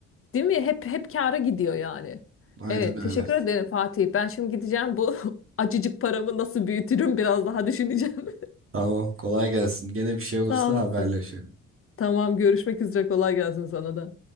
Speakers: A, on the left; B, on the right.
A: Değil mi? Hep hep kâra gidiyor yani.
B: Aynen
A: Evet,
B: öyle.
A: teşekkür ederim Fatih. Ben şimdi gideceğim bu <laughs> acıcık paramı nasıl büyütürüm biraz daha düşüneceğim. <laughs>
B: Tamam, kolay gelsin. Gene bir şey olursa
A: Sağ olasın.
B: haberleşelim.
A: Tamam, görüşmek üzere. Kolay gelsin sana da.